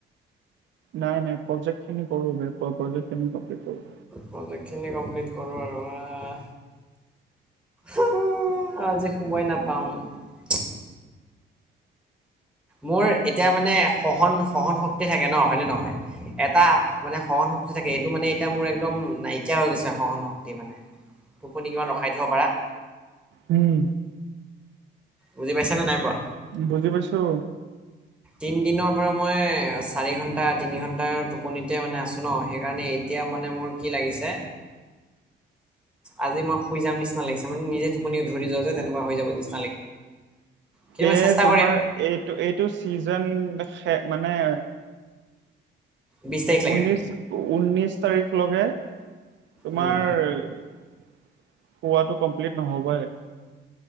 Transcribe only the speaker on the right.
নাই নাই প্ৰজেক্ট খিনি কৰোঁ বে প প্ৰজেক খিনি কমপ্লিত কৰোঁ
উম
বুজি পাইছোঁ
এ
তোমাৰ
এইটো এইটো চিজ জন মানে <unintelligible>
ঊন্নিশ ঊন্নিশ তাৰিখলৈকে তোমাৰ
খোৱাটো কমপ্লিট নহ'বয়ে।